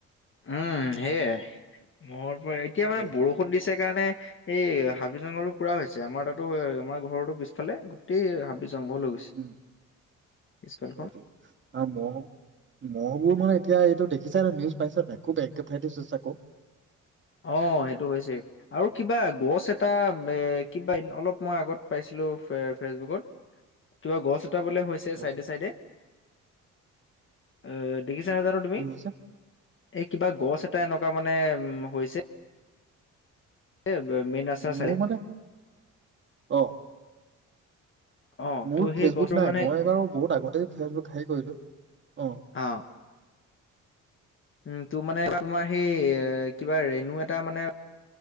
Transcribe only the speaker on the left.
উম সেয়াই, মহৰ পৰা এতিয়া মানে
বৰষুণ দিছে কাৰণে এই হাবি জংঘলো পুৰা হৈছে আমাৰ তাতো আমাৰ ঘৰৰতো পিছফালে গোটেই হাবি জংঘল হৈ গৈছে।
পিছফালখন
অঁ সেইটো হৈছে, আৰু কিবা গছ এটা এ কিবা অলপ মই আগত পাইছিলো ফেচবুকত কিবা গছ এটা বোলে হৈছে
চাইডে চাইডে। আহ দেখিছা নাই জনো তুমি?
এই কিবা গছ এটা এনেকুৱা মানে হৈছে। এ এ মেইন ৰাস্তাৰ চাইডে
অ',
ত' সেই
গছৰ
মানে
অ', উম তোৰ মানে তোমাৰ সেই কিবা ৰেণু এটা মানে